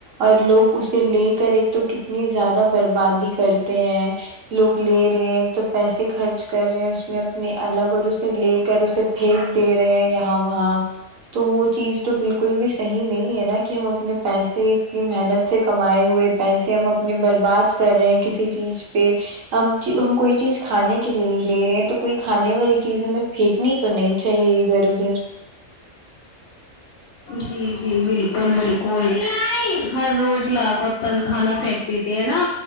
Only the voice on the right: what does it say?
اور لوگ اسے لے کر ایک تو کتنی زیادہ بربادی کرتے ہیں لوگ لے رہے ہیں ایک تو پیسے خرچ کر رہے ہیں اس میں اپنے الگ اور اسے لے کر اسے پھینک دے رہے ہیں یہاں وہاں تو وہ چیز تو بال کل بھی صحیح نہیں ہے نا کہ ہم اپنے پیسے اتنی محنت سے کمائے ہوئے پیسے ہم اپنے برباد کر رہے ہیں کسی چیز پہ اب ہم کوئی چیز کھانے کے لیے ہی لے رہے ہیں تو کوئی کھانے والی چیز ہمیں پھینکنی تو نہیں چاہیے ادھر ادھر